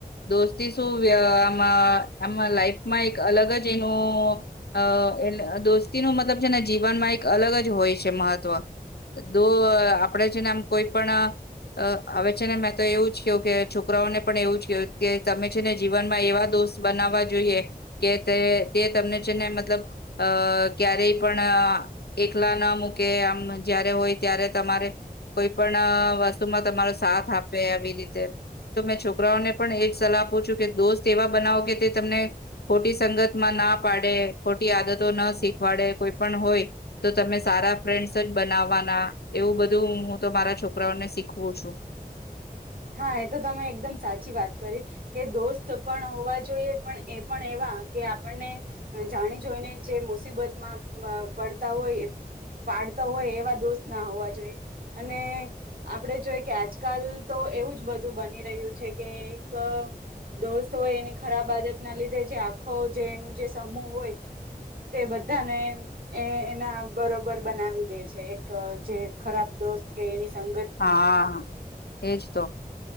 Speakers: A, on the left; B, on the right.
A: દોસ્તી શું અહ આમાં આમાં લાઈફમાં એક અલગ જ એનું અહ એટલે દોસ્તીનું મતલબ છે ને જીવનમાં એક અલગ જ હોય છે મહત્વ. દો આહ આપડે છેને આમ કોઈ પણ અહ અવે છે ને મેં તો એવું છો કે છોકરાઓને પણ એવું જ કું કે તમે છેને જીવનમાં એવા દોસ્ત બનાવવા જોઈએ કે તે તમને છે ને મતલબ અહ ક્યારેય પણ આહ એકલા ન મૂકે આમ જયારે હોય ત્યારે તમારે કોઈ પણ આહ વસ્તુમાં તમારો સાથ આપે આવી રીત તે મેં છોકરાઓને પણ એ જ સલાહ આપું છું કે દોસ્ત એવા બનાવો કે તે તમને ખોટી સંગતમાં ના પાડે ખોટી આદતો ના શીખવાડે કોઈ પણ હોય તો તમે સારા ફ્રેન્ડસ જ બનાવવાના એવું બધું હું તો મારા છોકરાઓને શીખવું છું.
B: હા એ તો તમે એકદમ સાચી વાત કરી કે દોસ્ત પણ હોવા જોઈએ પણ એ પણ એવા કે આપણને જાણી જોઈને જે મુસીબતમાં માં પડતા હોય પાડતા હોય એવા દોસ્ત ના હોવા જોઈએ અને આપણે જોઈ કે આજકાલ તો એવું જ બધું બની રહ્યું છે કે એક દોસ્ત હોય એની ખરાબ આદત ના લીધે જે આખો જે એનું જે સમૂહ હોય તે બધાને એ એ એના બરોબર બનાવી દે છે એક જે ખરાબ દોસ્ત કે એની સંગત થી.
A: હા એજ તો.